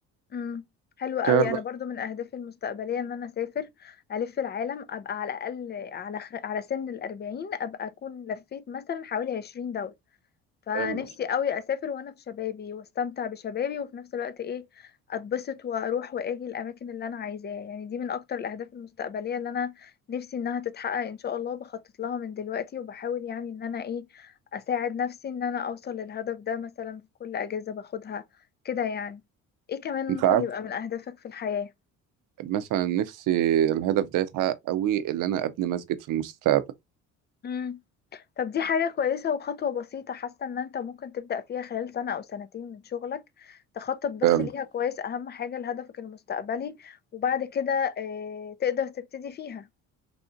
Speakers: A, on the left; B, on the right.
A: امم حلوة قوي
B: كذا بلد
A: انا برضو من اهدافي المستقبلية ان انا اسافر الف العالم ابقى على الاقل على خ... على سن الاربعين ابقى اكون لفيت مثلا حوالي عشرين دولة فنفسي
B: حلو
A: قوي اسافر وانا في شبابي واستمتع بشبابي وفي نفس الوقت ايه اتبسط واروح واجي الاماكن اللي انا عايزاها يعني دي من اكتر الاهداف المستقبليه اللي انا نفسي انها تتحقق ان شاء الله بخطط لها من دلوقتي وبحاول يعني ان انا ايه اساعد نفسي ان انا اوصل للهدف ده مثلا في كل اجازه باخدها كده يعني ايه كمان
B: انت
A: ممكن
B: عارف
A: يبقى من اهدافك في الحياه
B: مثلا نفسي الهدف ده يتحقق قوي اللي انا ابني مسجد في المستقبل
A: مم. طب دي حاجة كويسة وخطوة بسيطة حاسة ان انت ممكن تبدأ فيها خلال سنة او سنتين من شغلك تخطط بس
B: ده
A: ليها كويس اهم حاجة لهدفك المستقبلي وبعد كده آه، تقدر تبتدي فيها